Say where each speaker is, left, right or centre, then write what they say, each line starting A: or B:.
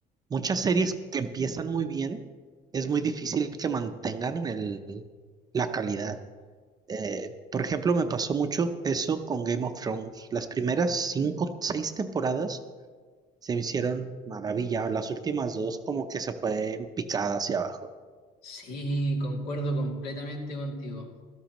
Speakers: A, on the right; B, on the left.
A: muchas series que empiezan muy bien, es muy difícil que mantengan el, la calidad. Eh, por ejemplo, me pasó mucho eso con Game of Thrones. Las primeras cinco, seis temporadas se me hicieron maravilla. Las últimas dos como que se fue en picada hacia abajo.
B: Sí, concuerdo completamente contigo.